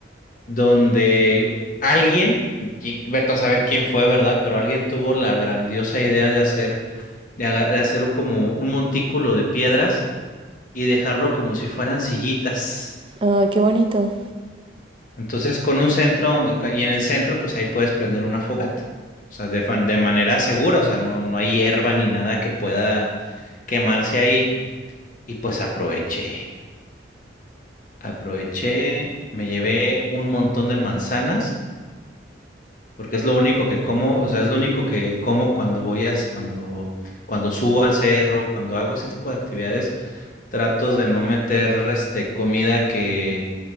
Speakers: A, on the left; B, on the right.
A: donde alguien, qui- vete a saber quién fue, ¿verdad? Pero alguien tuvo la grandiosa idea de hacer, de, aga- de hacer un como un montículo de piedras y dejarlo como si fueran sillitas.
B: Ay, qué bonito.
A: Entonces, con un centro donde, ca- y en el centro, pues ahí puedes prender una fogata. O sea, de, fan- de manera segura, o sea, no, no hay hierba ni nada que pueda quemarse ahí. Y pues aproveché, aproveché, me llevé un montón de manzanas, porque es lo único que como, o sea, es lo único que como cuando voy a, s- cuando, cuando subo al cerro, cuando hago ese tipo de actividades, trato de no meter, este, comida que,